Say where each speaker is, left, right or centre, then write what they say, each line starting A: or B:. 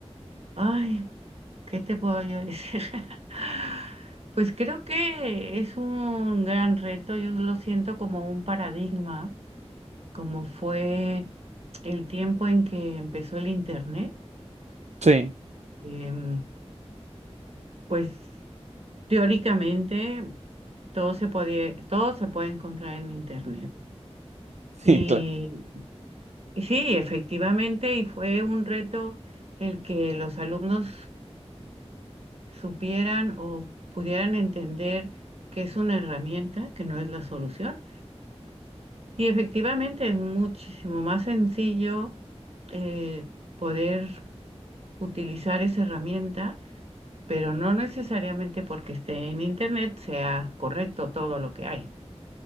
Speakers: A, on the right (about 65°); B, on the right (about 90°).
A: Ay, ¿qué te puedo yo decir? <laughs> Pues creo que es un gran reto, yo lo siento como un paradigma, como fue el tiempo en que empezó el Internet.
B: Sí,
A: Em, pues teóricamente todo se podía, todo se puede encontrar en Internet.
B: <laughs> sí,
A: Mm.
B: claro.
A: Y Y Sí, efectivamente, y fue un reto el que los alumnos supieran o pudieran entender que es una herramienta, que no es la solución. Y efectivamente es muchísimo más sencillo eh, poder utilizar esa herramienta, pero no necesariamente porque esté en internet sea correcto todo lo que hay.